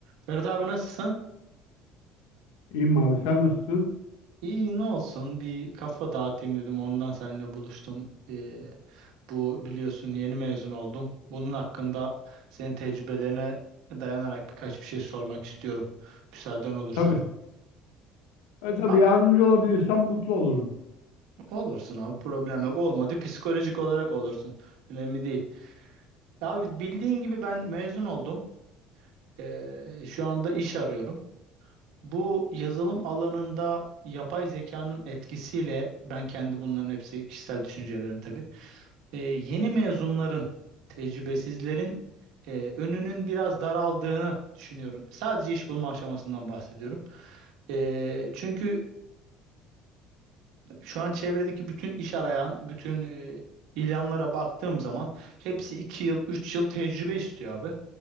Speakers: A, on the right; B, on the left.
A: Ferhat abi nasılsın?
B: İyiyim abi sen nasılsın?
A: İyi ne olsun bir kafa dağıtayım dedim ondan seninle buluştum. Ee, bu biliyorsun yeni mezun oldum. Bunun hakkında senin tecrübelerine dayanarak birkaç bir şey sormak istiyorum. Müsaaden olursa.
B: Tabii. E tabii
A: Ha,
B: yardımcı olabilirsem mutlu olurum.
A: olursun abi problem yok olmadı psikolojik olarak olursun. Önemli değil. Abi bildiğin gibi ben mezun oldum. Ee, şu anda iş arıyorum. Bu yazılım alanında yapay zekanın etkisiyle ben kendi bunların hepsi kişisel düşüncelerim tabii. e, yeni mezunların, tecrübesizlerin e, önünün biraz daraldığını düşünüyorum. Sadece iş bulma aşamasından bahsediyorum. E, çünkü şu an çevredeki bütün iş arayan, bütün e, ilanlara baktığım zaman hepsi 2 yıl, 3 yıl tecrübe istiyor abi.